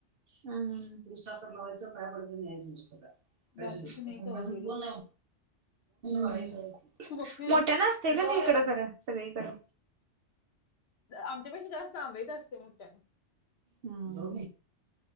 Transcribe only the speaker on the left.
बाकीच नाही कवा गेलो
तू बघतेस
आमच्यापेक्षा जास्त आमईेत असते मोठना.